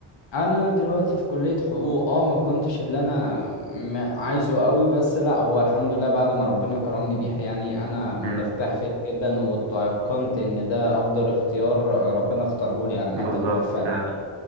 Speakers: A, on the left (about 60°); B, on the right (about 60°).
A: انا دلوقتي في كلية حقوق اه ما كنتش اللي انا م- عايزه قوي بس لا هو الحمد لله بعد ما ربنا كرمني بيها يعني انا مرتاح
B: امم
A: فيها جدا وتيقنت ان ده افضل اختيار ربنا اختاره لي عامة
B: بالظبط
A: ووفقني
B: فعلا
A: بيه